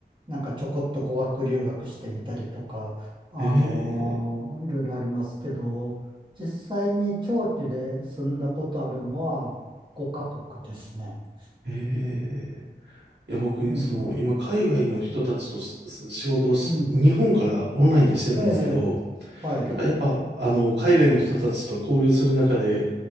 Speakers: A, on the right; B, on the right.
A: なんかちょこっと語学留学してみたりとか、あのーいろいろありますけど、
B: え
A: 実際に長期で住んだことあるのは5カ国ですね。
B: え、ええ。
A: うん
B: いや、僕ねその、
A: うん
B: 今、海外の人たちとすす仕事をし、
A: うん。
B: 日本からオンラインでしてるんですけど、
A: ええ、はい。
B: なんかやっぱ、あの、海外の人たちと交流する中で、